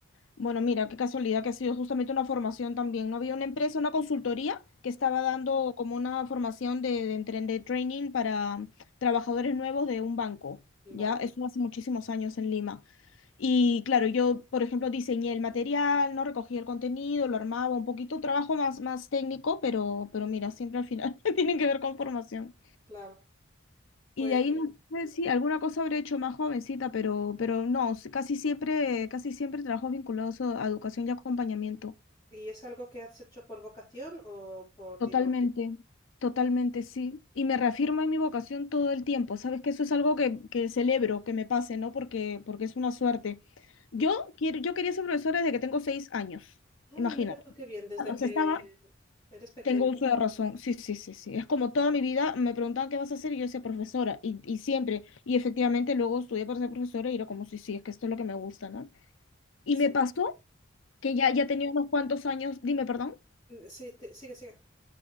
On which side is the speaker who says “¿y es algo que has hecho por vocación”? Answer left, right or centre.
Left